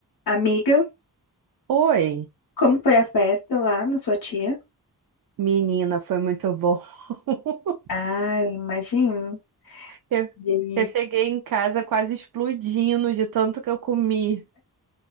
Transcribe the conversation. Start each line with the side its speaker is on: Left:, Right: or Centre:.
Left: Amiga,
Right: Oi,
Left: como foi a festa lá na sua tia?
Right: menina, foi muito bom. <laughs>
Left: Ah, imagino.
Right: Eu,
Left: E aí?
Right: eu cheguei em casa quase explodindo de tanto que eu comi.